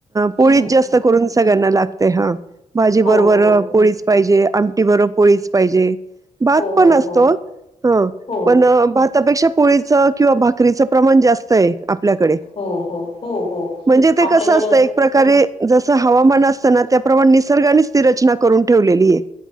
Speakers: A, on the right; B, on the left.
A: पोळी
B: हम्म हम्म
A: जास्त
B: हम्म.
A: करून सगळ्यांना लागत हा भाजी बरोबर
B: हो हो हो
A: पोळीच पाहिजे आमटी बरोबर पोळीच पाहिजे भात
B: हो
A: पण
B: हो
A: असतो
B: हो
A: ह
B: हो
A: पण भातापेक्षा पोळीचं किंवा भाकरीचं प्रमाण जास्त आहे आपल्याकडे
B: हो हो हो हो.
A: म्हणजे ते
B: आपल्याकडं
A: कसं असतं एक प्रकारे. जसं हवामान असताना त्याप्रमाणे निसर्गाने स्थिरचना करून ठेवलेली आहे.